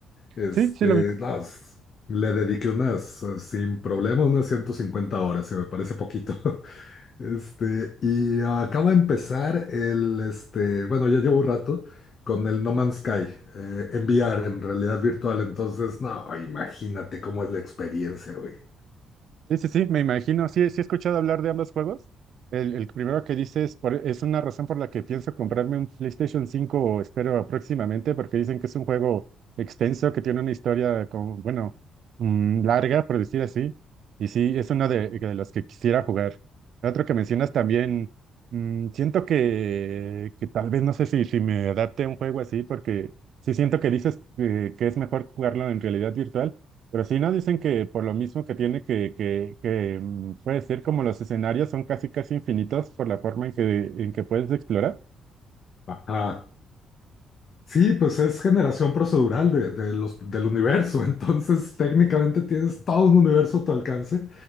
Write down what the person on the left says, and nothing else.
Este,
las, le dediqué unas, eh, sin problema, unas 150 horas, si me parece poquito. <laughs> Este, y acabo de empezar el, este, bueno, ya llevo un rato con el No Man's Sky, eh, en VR, en realidad virtual. Entonces, no, imagínate cómo es la experiencia, güey.
Ajá. Sí, pues es generación procedural de, de los, del universo, <laughs> entonces técnicamente tienes todo un universo a tu alcance